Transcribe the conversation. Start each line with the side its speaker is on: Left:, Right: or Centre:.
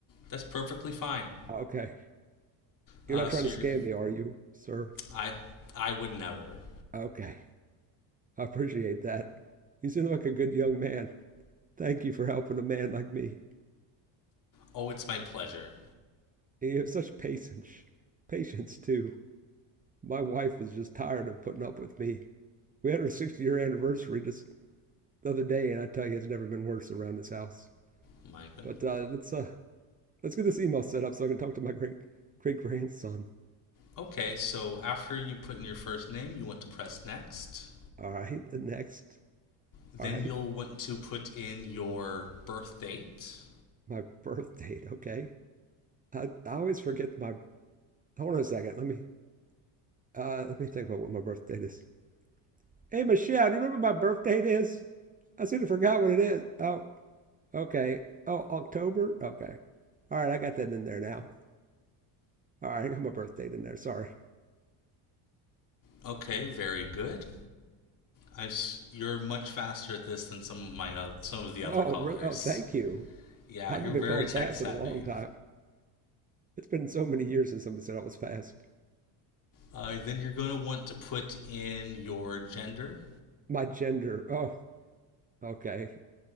Left: that's perfectly fine.
Right: Okay.
Left: Uh,
Right: You're not trying
Left: so
Right: to
Left: you're,
Right: scam me, are you, sir?
Left: I I would never.
Right: Okay. I appreciate that. You seem like a good young man. Thank you for helping a man like me.
Left: Oh, it's my pleasure.
Right: And you have such patience. Patience, too. My wife is just tired of putting up with me. We had our 60 year anniversary just the other day, and I tell you, it's never been worse around this house.
Left: My goodness.
Right: But uh, let's uh, let's get this email set up so I can talk to my great great grandson.
Left: Okay, so after you put in your first name, you want to press next.
Right: All right, next.
Left: Then
Right: All right,
Left: you'll want to put in your birth date
Right: my birth date. Okay, I, I always forget my. Hold on a second. Let me uh, let me think about what my birth date is. Hey, Michelle, do you remember my birthday is? I sort of forgot what it is. Oh, okay. Oh, October? Okay. All right, I got that in there now. All right, I got my birth date in there. Sorry.
Left: Okay, very good. I s- you're much faster at this than some of my oth- some of the other
Right: Oh,
Left: callers.
Right: really? Oh, thank you.
Left: Yeah,
Right: I haven't
Left: you're
Right: been
Left: very
Right: called
Left: tech
Right: fast
Left: savvy.
Right: in a long time. It's been so many years since somebody said I was fast.
Left: Uh, then you're going to want to put in your gender.
Right: My gender. Oh, okay.